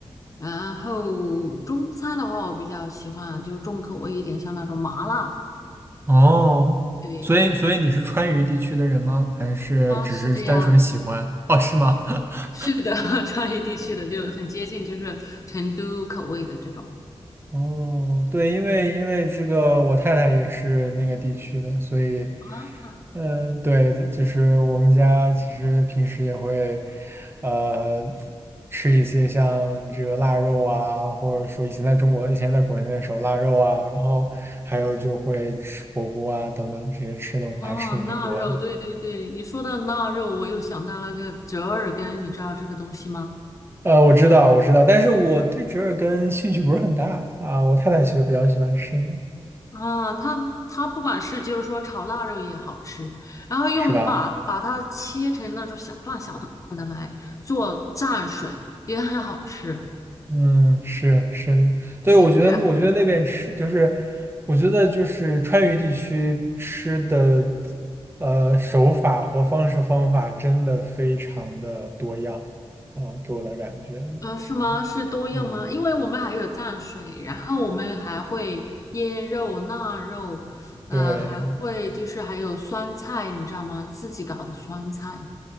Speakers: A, on the left; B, on the right.
A: 然后中餐的话，我比较喜欢就重口味一点，像那种麻辣的。
B: 哦，
A: 对，
B: 所以所以你是川渝地区的人吗？还是只是单纯喜欢？
A: 啊，是的呀。
B: 哦，是吗？<laughs>
A: 是的，<laughs> 川渝地区的就很接近，就是成都口味的这种。
B: 哦，对，因为因为这个我太太也是那个地区的，所以，
A: 啊，
B: 嗯，对，就是我们家其实平时也会，呃，吃一些像这个腊肉啊，或者说以前在中国，以前在国内的时候腊肉啊，然后还有就会吃火锅啊等等这些吃的，我们还吃的挺多的。
A: 哦，腊肉，对对对，你说的腊肉，我又想到了个折耳根，你知道这个东西吗？
B: 呃，我知道，我知道，但是我对折耳根兴趣不是很大啊，我太太其实比较喜欢吃，
A: 啊，它它不管是就是说炒腊肉也好吃，然后用把把它切成那种小段小段的来做蘸水也很好吃。
B: 是吧？嗯，是是的，对，
A: 对，
B: 我觉得我觉得那边吃就是，
A: 然。
B: 我觉得就是川渝地区吃的，呃，手法和方式方法真的非常的多样啊，给我的感觉
A: 嗯，是吗？
B: 是，
A: 是多样吗？
B: 嗯，
A: 因为我们还有蘸水，然后我们还会腌肉、腊肉，呃，
B: 对。
A: 还会就是还有酸菜，你知道吗？自己搞的酸菜